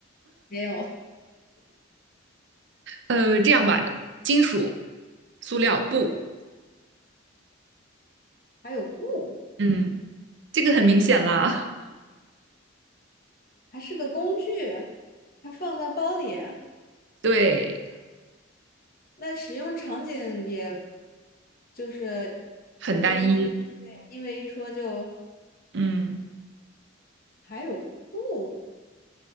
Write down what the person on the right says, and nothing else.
呃，这样吧，金属、塑料、布。
嗯，这个很明显啦，
对，
很单一。
嗯，